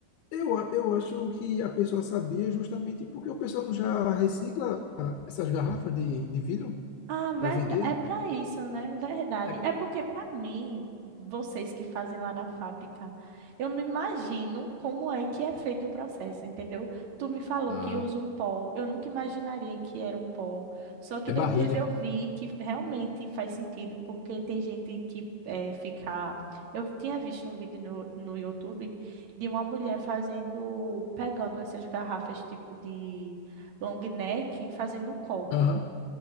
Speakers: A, on the left; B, on the right.
A: Eu, a- eu acho que a pessoa sabia justamente porque o pessoal não já recicla ah, essas garrafas de, de vidro
B: Ah, verdade.
A: para vender.
B: É para isso, né? Verdade.
A: É,
B: É porque para mim, vocês que fazem lá na fábrica, eu não imagino como é que é feito o processo, entendeu? Tu me falou
A: ah,
B: que usa um pó. Eu nunca imaginaria que era um pó. Só que
A: é
B: depois
A: barrilha.
B: eu vi que realmente faz sentido, porque tem gente que é, fica. Eu tinha visto um vídeo no, no YouTube de uma mulher fazendo, pegando essas garrafas tipo de long neck, e fazendo copo.
A: Aham.